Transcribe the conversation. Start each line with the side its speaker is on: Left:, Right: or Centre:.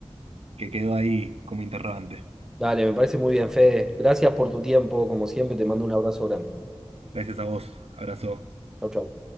Right: que quedó ahí como interrogante.
Centre: Dale, me parece muy bien, Fede. Gracias por tu tiempo, como siempre, te mando un abrazo grande.
Right: Gracias a vos. Abrazo.
Centre: Chau, chau.